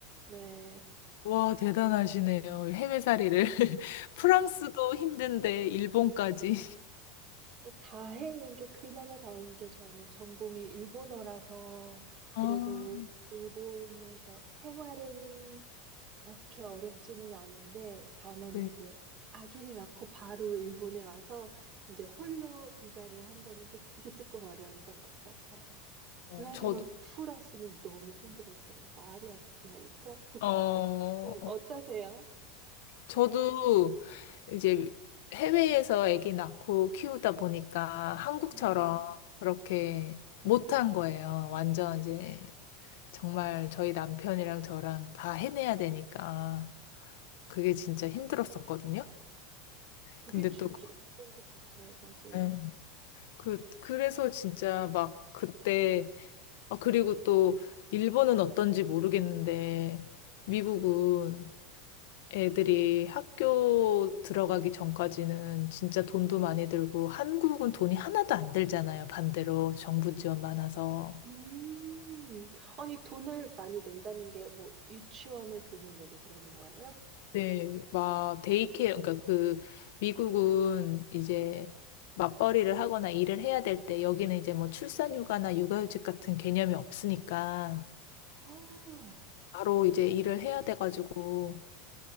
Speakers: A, on the right; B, on the left.
A: 네.
B: 와, 대단하시네요. 해외살이를. <laughs> 프랑스도 힘든데, 일본까지.
A: 다행인 게, 그나마 다행인 게 저는 전공이 일본어라서
B: 아,
A: 그래도 일본에서 생활은 그렇게 어렵지는 않은데 다만
B: 네.
A: 이제 아기를 낳고 바로 일본에 와서 이제 홀로 육아를 한다는 게 그게 조금 어려웠던 것 같아요.
B: 어,
A: 하지만
B: 저도.
A: 프랑스는 너무 힘들었어요. 말이 안 통하니까.
B: 어,
A: <laughs> 어떠세요?
B: 저도 이제 해외에서 아기 낳고 키우다 보니까 한국처럼
A: 음,
B: 그렇게 못한 거예요. 완전 이제 정말 저희 남편이랑 저랑 다 해내야 되니까 그게 진짜 힘들었었거든요.
A: 그게
B: 근데
A: 진짜
B: 또 그-
A: 힘든 것 같아요. 맞아요.
B: 네. 그, 그래서 진짜 막 그때, 아, 그리고 또 일본은 어떤지 모르겠는데 미국은 애들이 학교 들어가기 전까지는 진짜 돈도 많이 들고 한국은 돈이 하나도 안 들잖아요. 반대로 정부 지원 많아서.
A: 음, 아니, 돈을 많이 낸다는 게 뭐 유치원에 돈을 내고 그러는 거예요?
B: 네, 막 데이케어 그러니까 그 미국은 이제 맞벌이를 하거나 일을 해야 될 때 여기는 이제 뭐 출산휴가나 육아휴직 같은 개념이 없으니까
A: 아,
B: 바로 이제 일을 해야 돼가지고